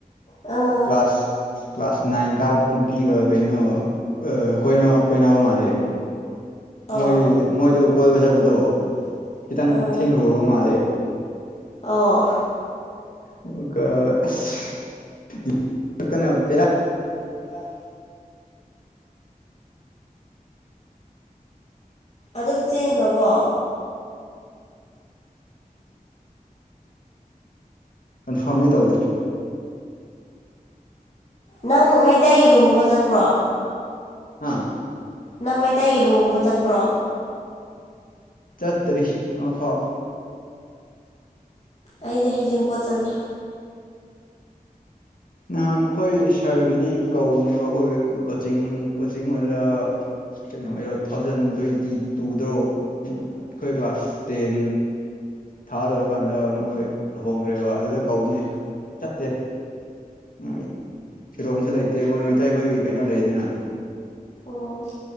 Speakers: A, on the left; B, on the left.
A: ꯑꯥꯎ
B: ꯑꯁꯁ ꯀ꯭ꯂꯥꯁ ꯅꯥꯏꯟ ꯀꯥꯕ ꯅꯨꯄꯤꯒ ꯀꯩꯅꯣ ꯑ ꯀꯣꯏꯅ ꯀꯣꯏꯅꯕ ꯃꯥꯜꯂꯦ ꯃꯣꯏ
A: ꯑꯣ
B: ꯃꯣꯏꯗꯣ ꯀꯣꯏꯕ ꯆꯠꯄꯗꯣ ꯈꯤꯇꯪ
A: ꯑꯥ
B: ꯊꯦꯡꯂꯨꯔꯕ ꯃꯥꯜꯂꯦ
A: ꯑꯣ
B: ꯑꯗꯨꯒ ꯑꯁꯁ <unintelligible>
A: ꯉꯔꯥꯡ ꯑꯗꯨꯝ ꯆꯦꯟꯒ꯭ꯔꯕꯣ
B: ꯀꯟꯐꯥꯔꯝꯗꯤ ꯇꯧꯗ꯭ꯔꯤ
A: ꯅꯪ ꯃꯩꯇꯩꯒꯤ ꯂꯨꯍꯣꯡꯕ ꯆꯠꯄ꯭ꯔꯣ
B: ꯍꯥꯥ
A: ꯅꯪ ꯃꯩꯇꯩꯒꯤ ꯂꯨꯍꯣꯡꯕ ꯆꯠꯄ꯭ꯔꯣ
B: ꯆꯠꯇ꯭ꯔꯤ ꯑꯃꯐꯥꯎ
A: ꯑꯩꯗꯤ ꯍꯩꯖꯤꯡ ꯄꯣꯠ ꯆꯠꯂꯤ
B: ꯅꯍꯥꯟ ꯑꯩꯈꯣꯏ ꯁꯥꯔꯒꯤꯗꯤ ꯀꯧꯕꯅꯦꯕ ꯑꯩꯈꯣꯏ ꯀꯣꯆꯤꯡ ꯀꯣꯆꯤꯡ ꯑꯣꯖꯥ ꯀꯩꯗꯧꯉꯩꯔꯣ ꯊꯥꯎꯖꯟ ꯇ꯭ꯋꯦꯟꯇꯤ ꯇꯨꯗ꯭ꯔꯣ ꯎꯝ ꯑꯩꯈꯣꯏ ꯀ꯭ꯂꯥꯁ ꯇꯦꯟ ꯊꯥ ꯂꯣꯏꯔꯥ ꯑꯗꯨ ꯀꯥꯟꯗ ꯃꯣꯏ ꯂꯨꯍꯣꯡꯒ꯭ꯔꯦꯕ ꯑꯗꯨꯗ ꯀꯧꯕꯅꯦ ꯆꯠꯇꯦ ꯎꯝ ꯐꯤꯔꯣꯟꯁꯨ ꯂꯩꯇꯦ ꯃꯣꯏ ꯃꯩꯇꯩꯈꯣꯏꯒꯤ ꯀꯩꯅꯣ ꯂꯩꯗꯅ
A: ꯑꯣ